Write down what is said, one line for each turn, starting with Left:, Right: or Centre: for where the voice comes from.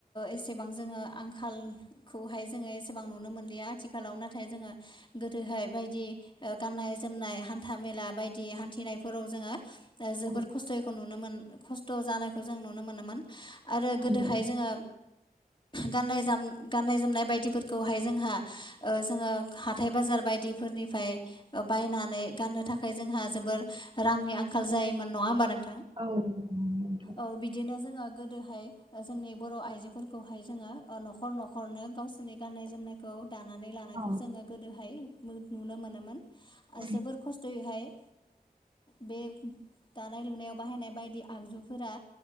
Left: एसेबां जोङो आंखालखौहाय जोङो एसेबां नुनो मोनलिया आथिखालाव नाथाय जोङो गोदोहाय बायदि गाननाय जोमनाय हान्था मेला बायदि हान्थिनायफोराव जोङो जोबोर
Right: औ
Left: खस्थ'यैखौ नुनो मोन खस्थ' जानायखौ जों नुनो मोनोमोन आरो
Right: औ
Left: गोदोहाय
Right: नंगौ
Left: जोङो गाननाय जोम गाननाय जोमनाय बायदिफोरखौहाय जोंहा जोङो हाथाइ बाजार बायदि फोरनिफ्राय बायनानै गाननो थाखाय जोंहा जोबोर रांनि आंखाल जायोमोन नङा होमबा नों
Right: औ नंगौ नोंथां
Left: औ बिदिनो जोङो गोदोहाय जोंनि बर' आइजोफोरखौहाय जोङो न'खर न'खरनो गावसोरनि गाननाय जोमनायखौ दानानै लानायखौ
Right: औ
Left: जोङो गोदोहाय नुनो मोनोमोन आरो
Right: औ
Left: जोबोर खस्थ'यैहाय बे दानाय लुनायाव बाहायनाय बायदि आगजुफोरा